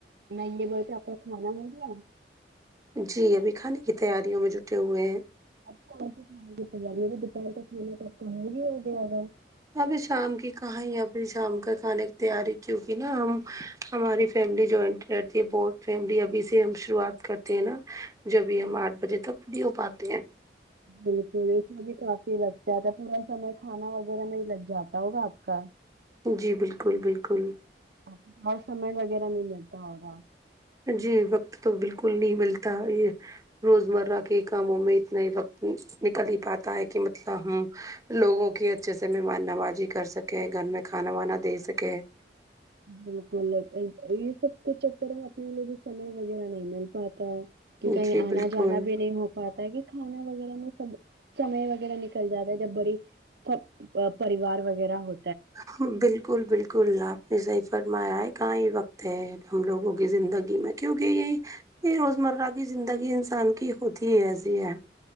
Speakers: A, on the right; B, on the right.
A: نہیں ہے بولے تھے آپ کا کھانا مل گیا
B: جی ابھی کھانے کی تیاریوں میں جٹے ہوئے ہیں
A: اب کون سی کھانے کی تیاری ہوری دوپہر کا کھانا تو اپ کا ہو گیا ہو گیا
B: ابھی شام کی کہاں ائی شام کا کھانے کی تیاری کیونکہ نا ہم ہماری فیملی جوائنٹ رہتی ہے بہت فیملی ابھی سے ہم شروعات کرتے ہیں نا جب بھی ہم آٹھ بجے تک فری ہو پاتے ہیں
A: بالکل اس میں بھی کافی لگتا تھا پورا سمے کھانا وغیرہ میں ہی لگ جاتا ہوگا آپ کا
B: جی بالکل بالکل
A: اب اور سمے وغیرہ نہیں ملتا ہوگا
B: جی وقت تو بالکل نہیں ملتا یہ روزمرہ کے کاموں میں اتنا ہی وقت نکل ہی پاتا ہے کہ مطلب ہم لوگوں کی اچھے سے مہمان نوازی کر سکیں گھر میں کھانا وانا دے سکیں
A: بالکل یہ یہ سب کے چکر میں اپنے لیے بھی سمے وغیرہ نہیں مل پاتا کے کہیں
B: جی
A: آنا
B: بالکل
A: جانا بھی نہیں ہو پاتا ہے کہ کھانا وغیرہ میں سب سمے وغیرہ نکل جاتا ہے جب بڑی ہاں ا پریوار وغیرہ ہو
B: ہاں بالکل بالکل بالکل آپ نے صحیح فرمایا ہے کہاں ہی وقت ہے ہم لوگوں کی زندگی میں کیونکہ یہ روزمرہ کی زندگی انسان کی ہوتی ہی ایسی ہے